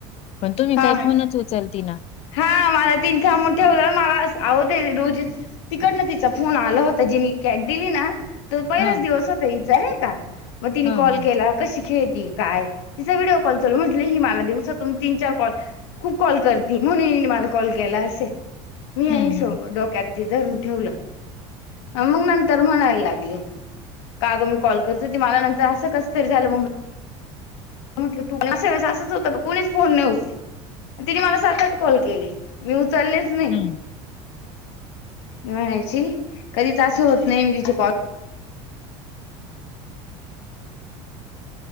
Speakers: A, on the left; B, on the left.
A: पण तुम्ही
B: हा
A: काय फोनच उचलती ना.
B: हा मला तीन थांबून ठेवलं मला आवंत रोजी.. तिकडन तिचा फोन आला होता जिनी कॅट दिली ना.. त पहिलाच
A: हा
B: दिवस होता इ चालय का मग तिने
A: हा
B: कॉल
A: हा
B: केला. कशी खेळती काय तिचा व्हिडिओ कॉल चाू म्हट ही मला दिवसातून तीन चार कॉल. खूप कॉल करते म्हणून हिने मला कॉल केला असेल. मी या
A: हम्म
B: हिशोब
A: हम्म
B: डोक्यात धरून ठेवलं मग नंतर म्हणायला लागली. का अगं मी कॉल करते त ते मला नंतर असं कसतरि झालं ममी. म्हटलं तू असा वेळेस असंच होतं का कोणीच फोन नाही उचलत. तिने मला सात आठ कॉल केले, मी उचललेच नाही
A: हम्म
B: म्हणाय कधी त होत नाही मी तिचे कॉल